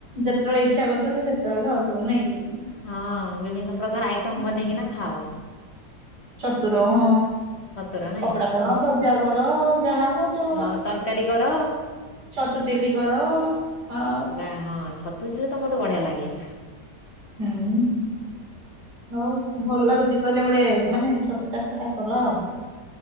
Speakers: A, on the right; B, on the left.
A: ଯେତେବେଳେ ଇଚ୍ଛା କରୁଥିବ ସେତେବେଳେ ଖାଉଥିବ ନାଇଁକି।
B: ହଁ ବିଭିନ୍ନ ପ୍ରକାର ଆଇଟମ
A: ଓହୋ।
B: ବନେଇକିନା ଖାଅ।
A: ଛତୁର ହଁ।
B: ଛତୁର ନାଇଁ
A: କପଡା କର
B: ଓହୋ
A: ଭଜା କର ଯାହା କରୁଚ କର।
B: ହଁ ତରକାରୀ କର
A: ଛତୁ ଚିଲି କର। ଆଉ
B: ନା ହଁ ଛତୁ ଚିଲି ତ ମତେ ବଢିଆ ଲାଗେ।
A: ହୁଁ ହଉ ଭଲ ଲାଗୁଚି କହିଲେ ଗୋଟେ ମାନେ ଛତୁ ଚାଷ ଛଟା କର ଆଉ।